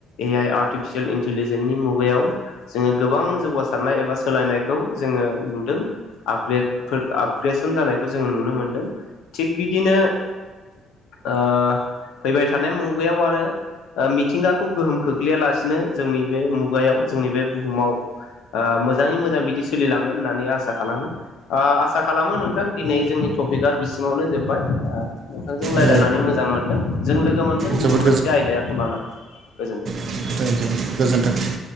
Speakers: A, on the left; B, on the right.
A: ए आइ आर्टिफिसियेल इन्टिलिजेन्सनि मुगायाव जोङो गोबां जौगासारनाय एबा सोलायनायखौ जोङो नुदों आपग्रेड आपग्रेसन जानायखौ जोङो नुनो मोनदों थिग बिदिनो फैबाय थानाय मुगायाव आरो मिथिंगाखौ गोहोम खोख्लैयालासिनो जोंनि बे मुगायाव जोंनि बे बुहुमाव मोजाङै मोजां बिदि सोलिलांगोन होननानै आसा खालामो आसा खालामो नोंथां दिनै जोंनि टपिकआ बिसिमावनो जोब्बाय नोंथांजों रायलायनानै
B: औ
A: मोजां मोनदों जों लोगो मोनगोन
B: जोबोद
A: गुबुन मोनसे आयदाखौ लानानै गोजोन्थों
B: थेंक इउ गोजोन्थों